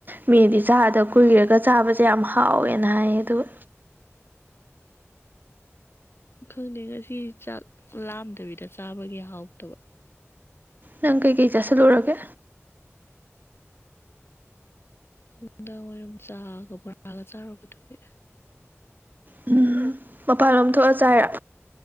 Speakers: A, on the right; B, on the left.
A: ꯃꯤꯗꯤ ꯆꯥꯗ ꯀꯨꯏꯔꯒ ꯆꯥꯕꯁꯦ ꯌꯥꯝ ꯍꯥꯎꯋꯦꯅ ꯍꯥꯏꯌꯦ ꯑꯗꯨꯒ
B: ꯈꯪꯗꯦ ꯉꯁꯤ ꯆꯥꯛ ꯂꯥꯝꯗꯕꯤꯗ ꯆꯥꯕꯒꯤ ꯍꯥꯎꯇꯕ
A: ꯅꯪ ꯀꯩꯀꯩ ꯆꯥꯁꯤꯜꯂꯨꯔꯒꯦ
B: ꯅꯨꯡꯗꯥꯡ ꯋꯥꯔꯝ ꯆꯥꯒ ꯕꯣꯔꯥꯒ ꯆꯥꯔꯨꯕꯗꯨꯒꯤ
A: ꯎꯝ ꯃꯄꯥꯟꯂꯣꯝ ꯊꯣꯛꯑ ꯆꯥꯏꯔꯣ